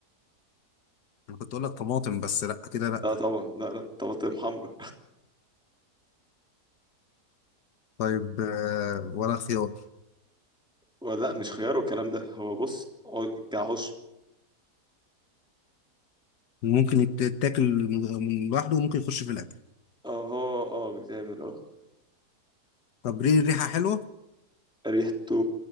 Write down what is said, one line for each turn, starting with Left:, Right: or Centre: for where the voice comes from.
Left: أنا كنت أقول لك طماطم بس لأ كده لأ
Centre: لا طبعا لا لا طماطم حمرا
Left: طيب آه، ولا خيار
Centre: ولا لا، مش خيار والكلام ده هو بص عو- كعشب
Left: ممكن يتاكل من من لوحده وممكن يخش في الأكل
Centre: اه اه اه بيتعمل اه
Left: طب ليه ريحة حلوة
Centre: ريحته